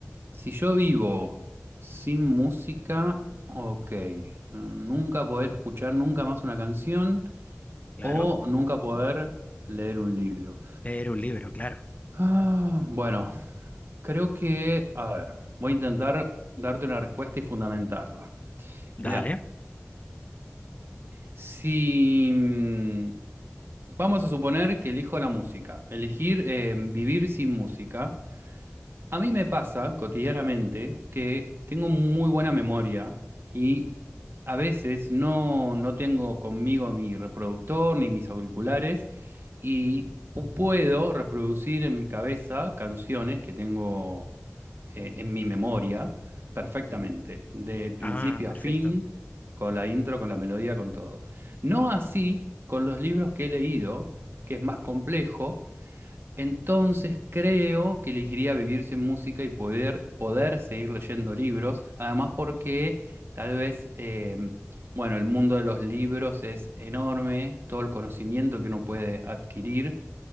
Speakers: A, on the right (about 55°); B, on the left (about 30°).
A: Si yo vivo sin música, ok, nunca poder escuchar nunca más una canción
B: Claro,
A: o nunca poder leer un libro.
B: leer un libro, claro.
A: Ah, bueno, Creo que, a ver, voy a intentar darte una respuesta y fundamentarla.
B: Dale.
A: Mirá, si mm, vamos a suponer que elijo la música, elegir eh, vivir sin música, A mí me pasa cotidianamente que tengo muy buena memoria y a veces no, no tengo conmigo mi reproductor ni mis auriculares y pu- puedo reproducir en mi cabeza canciones que tengo eh, en mi memoria perfectamente, de principio
B: Ah, perfecto.
A: a fin, con la intro, con la melodía, con todo. No así con los libros que he leído, que es más complejo entonces creo que elegiría vivir sin música y poder, poder seguir leyendo libros, además porque tal vez, eh, bueno, el mundo de los libros es enorme, todo el conocimiento que uno puede adquirir,